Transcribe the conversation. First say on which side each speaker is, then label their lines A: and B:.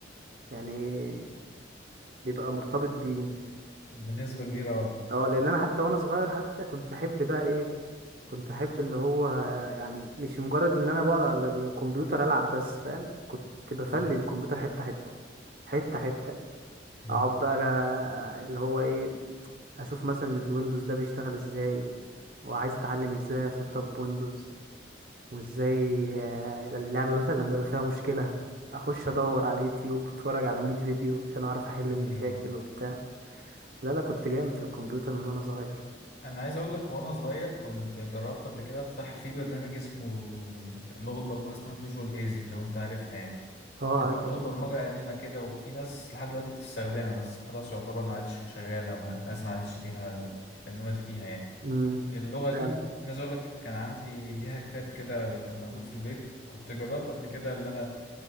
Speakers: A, on the right (about 50°); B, on the left (about 60°).
A: يعني بيبقى مرتبط بيه
B: بنسبة كبيرة أوي
A: اه لان انا حتى وانا صغير حتى كنت احب بقى ايه كنت احب اللي هو يعني مش مجرد ان انا بقعد على الكمبيوتر العب بس فاهم كنت بفلي
B: مم.
A: الكمبيوتر حتة حتة حتة حتة
B: مم.
A: اقعد بقى اللي هو ايه اشوف مثلا الويندوز ده بيشتغل ازاي وعايز اتعلم ازاي اسطب ويندوز وازاي آه، اللعبة مثلا لما يبقى فيها مشكلة اخش ادور على اليوتيوب اتفرج على 100 فيديو عشان اعرف احل المشاكل
B: أيوه
A: وبتاع لا لا كنت جامد في الكمبيوتر من وانا صغير
B: أنا عايز أقول لك وأنا صغير كنت جربت قبل كده أفتح في برنامج اسمه لغة برمجة اسمها فيجوال بيزك لو أنت عارفها يعني
A: اه
B: كانت
A: عارفها
B: لغة
A: طبعا
B: برمجة قديمة كده وفي ناس لحد دلوقتي بتستخدمها بس خلاص يعتبر ما عادش شغالة ما- الناس ما عادش ليها اهتمامات فيها يعني
A: امم
B: اللغة
A: فعلا
B: دي أنا عايز أقول لك كان عندي ليها كتاب كده كان موجود في البيت كنت جربت قبل كده اللي أنا